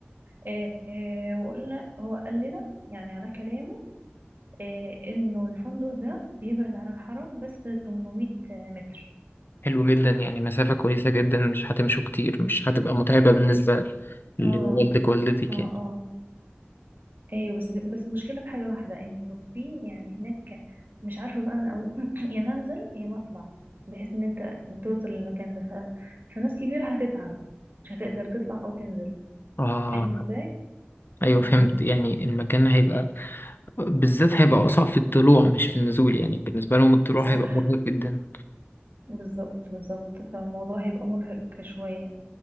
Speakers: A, on the right (about 50°); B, on the left (about 55°).
A: آه، آه، وقلنا هو قال لنا يعني على كلامه آه، انه الفندق ده بيبعد عن الحرم بس 800 متر
B: حلو جدا يعني مسافة كويسة جدا مش هتمشوا كتير مش هتبقى متعبة بالنسبة لوالدك
A: اه
B: ووالدتك
A: اه
B: يعني
A: اه ايوه بس بس المشكله في حاجه واحده انه في يعني هناك مش عارفه بقى انا قوي <clears throat> يا منزل يا مطلع بحيث ان انت توصل للمكان ده ف... فناس كبيره هتتعب مش هتقدر تطلع او تنزل
B: آه
A: فاهم ازاي
B: أيوه
A: امم
B: فهمت يعني المكان هيبقى بالذات هيبقى أصعب في الطلوع مش في النزول يعني بالنسبة لهم الطلوع
A: صح
B: هيبقى مرهق جدا
A: بالظبط بالظبط فالموضوع هيبقى مرهق شويه